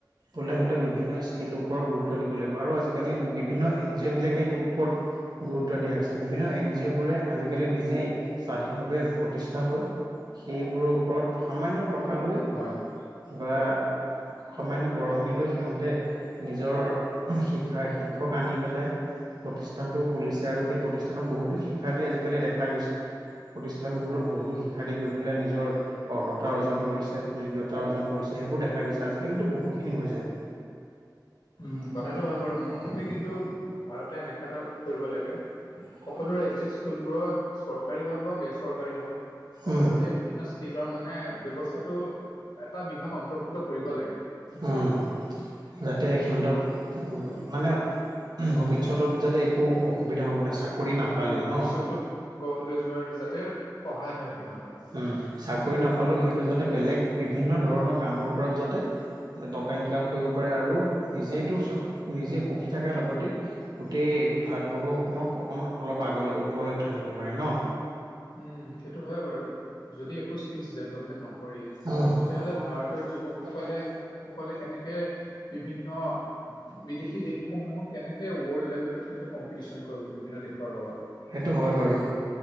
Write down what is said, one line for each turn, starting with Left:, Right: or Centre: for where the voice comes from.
Right: বলে হ'লে বিভি বিভিন্ন স্কিল ওপৰত গুৰুত্ব দিব লাগিব আৰু আজিকালি বিভিন্ন এন জি অ' বিলাকে এইটোৰ ওপৰত গুৰুত্ব দিয়া হৈছে বিভিন্ন এন জি অ' বোৰে আজিকালি নিজেই স্বাধীনভাৱে প্ৰতিষ্ঠা হয় সেইবোৰৰ ওপৰত সামান্য ত কালৈ
Left: হয়
Right: বা সামান্য বৰঙণি লৈ সিহঁতে নিজৰ শিক্ষা শিক্ষক আনি পেলাই প্ৰতিষ্ঠানটো খুলিছে আৰু সেই প্ৰতিষ্ঠানত বহুতো শিক্ শিক্ষাৰ্থী আজিকালি দেখা গৈছে প্ৰতিষ্ঠানবোৰত বহুতো শিক্ষাৰ্থী গৈ পেলাই নিজৰ। অৰ্হতা অৰ্জন কৰিছে যোগ্যতা অৰ্জন কৰিছে সেইবোৰ দেখা গৈছে আজিকালিতো বহুত খিনি হৈ যায়।
Left: উম, কথাটো হয় বাৰু মোৰ মতে কিন্তু ভাৰতে এনেকুৱা এটা কৰিব লাগে।
Right: <unintelligible>
Left: সকলো ৰাজ্যিক স্কুলবোৰত চৰকাৰী হওক বা বেচৰকাৰী হওক সকলোতে
Right: উম
Left: বিভিন্ন স্কিল্লৰ মানে ব্যৱস্থাটো এটা বিভাগ অন্তৰ্ভুক্ত কৰিব লাগে।
Right: উম, যাতে সিহঁতক মানে ভৱিষ্যতত যাতে একো অসুবিধা হ'ব নোৱাৰে চাকৰি নাপালেও ন'।
Left: এটো গঢ় লৈ যোৱাৰ যাতে সহায় হয় সিহঁতৰ।
Right: উম, চাকৰি নাপালেও সিহঁতে যাতে বেলেগ বিভিন্ন ধৰণৰ কামৰ পৰাও যাতে টকা ইনকাম কৰিব পাৰে আৰু নিজেইটো চক নিজে সুখী থাকাৰ লগতে গোটেই ভাৰতবৰ্ষখনক অকণ অলপ আগলৈ ওপৰলৈ উঠাই নিব পাৰে ন।
Left: উম, সেইটো হয় বাৰু যদি একো স্কিলচ ডেভলপমেন্ট নকৰে
Right: কম্পিটিচন
Left: তেতিয়াহ'লে ভাৰতৰ যুৱক। সকলে সকলে কেনেকে বিভিন্ন বিদেশী দেশসমূহক। কেনেকে ৱৰ্ল্ড লেভেলত সিহঁতে কম্পিটিচন কৰিব বিভিন্ন দেশৰ লগত।
Right: সেইটো হয় বাৰু।